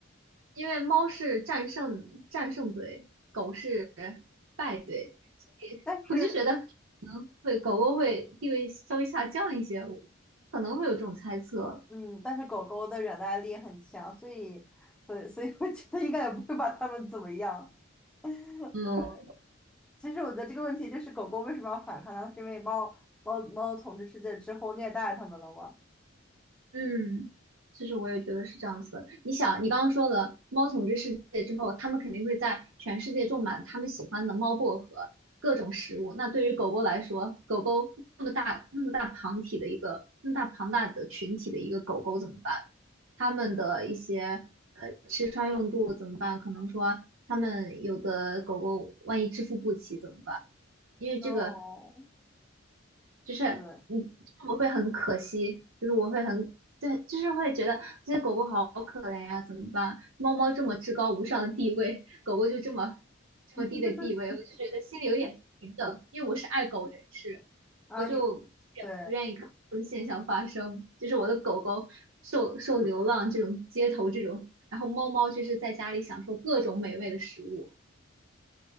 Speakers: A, on the right; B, in the centre.
A: 因为猫是战胜战胜队，狗是败队。
B: 但是
A: 我就觉得可能会狗狗会地位稍微下降一些，我可能会有这种猜测。
B: 嗯，但是狗狗的忍耐力很强，所以，所以，所以我觉得应该也不会把它们怎么样。对，
A: 嗯，
B: 其实我觉得这个问题就是狗狗为什么要反抗呢？是因为猫猫猫统治世界之后虐待它们了吗？
A: 嗯，其实我也觉得是这样子的。你想，你刚刚说了猫统治世界之后，它们肯定会在全世界种满它们喜欢的猫薄荷各种食物。那对于狗狗来说，狗狗那么大那么大庞体的一个那么大庞大的群体的一个狗狗怎么办？它们的一些呃吃穿用度怎么办？可能说它们有的狗狗万一支付不起怎么办？因为这个
B: 哦，
A: 就是嗯，
B: 对，
A: 就是我会很可惜，就是我会很对，就是会觉得这些狗狗好可怜呀、怎么办？猫猫这么至高无上的地位，狗狗就这么这么低的地位，
B: <laughs>
A: 我就觉得心里有点不平等，因为我是爱狗人士，
B: 嗯啊，
A: 我就也不愿意看这种现象发生，
B: 你对
A: 就是我的狗狗受受流浪这种街头这种，然后猫猫就是在家里享受各种美味的食物。